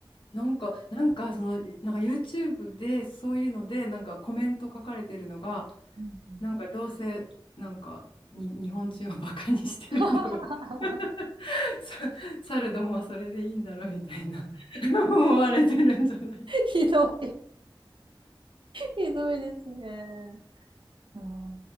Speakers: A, on the left; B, on the right.
A: なんか、なんか、その、いなんか YouTube でそういうので、なんかコメント書かれてるのが、
B: うんうん
A: なんかどうせなんかに日本人をバカにしてるんだろう
B: <laughs>
A: <laughs> さ猿どもはそれでいいんだろうみたいな <laughs> 思われてるんじゃないか
B: ひどい、ひどいですね。いやー